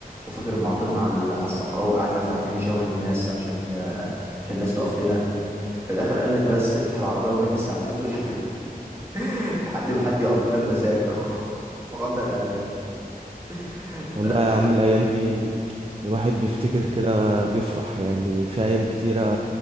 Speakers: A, on the right (about 15°); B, on the right (about 35°).
A: وفاكر لما عطلنا على على الصحراء وقعدنا ساعتين نشاور للناس عشان آه، عشان الناس تقف لنا في الاخر قال لك بس افتح العربيه ونام الساعتين دول لحد <laughs> لحد ما حد يقف لنا بمزاجه <laughs> فقدنا الامل ف
B: والله يا عم الأيام دي الواحد بيفتكر كده بيفرح يعني في أيام كتيرة